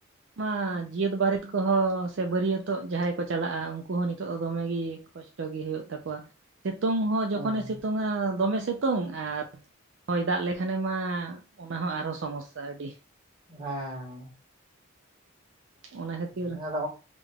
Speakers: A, on the right (about 60°); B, on the right (about 20°).
A: ᱢᱟ ᱡᱟᱹᱛ ᱵᱟᱹᱨᱮᱛ ᱠᱚᱦᱚᱸ ᱥᱮ ᱵᱟᱹᱨᱭᱟᱹᱛᱚᱜ ᱡᱟᱦᱟᱸᱭ ᱠᱚ ᱪᱟᱞᱟᱜᱼᱟ ᱩᱱᱠᱩ ᱦᱚᱸ ᱱᱤᱛᱚᱜ ᱫᱚ ᱫᱚᱢᱮᱜ ᱜᱮ ᱠᱚᱥᱴᱚᱜᱻ ᱴᱚ ᱜᱮ ᱦᱩᱭᱩᱜ ᱛᱟᱠᱚᱣᱟ ᱾ ᱥᱤᱛᱩᱝ ᱦᱚᱸ ᱡᱚᱠᱷᱚᱱᱮ
B: ᱦᱮᱸ
A: ᱥᱤᱛᱩᱝᱟ ᱫᱚᱢᱮ ᱥᱤᱛᱩᱝ ᱟᱨ, ᱦᱳᱭ ᱫᱟᱜ ᱞᱮᱠᱷᱟᱱᱮ ᱢᱟ ᱚᱱᱟ ᱦᱚᱸ ᱟᱨᱦᱚᱸ ᱥᱚᱢᱚᱥᱥᱟ ᱟᱹᱰᱤ ᱾
B: ᱦᱮᱸ
A: ᱚᱱᱟ ᱠᱷᱟᱹᱛᱤᱨ
B: ᱦᱮᱸ ᱟᱫᱚ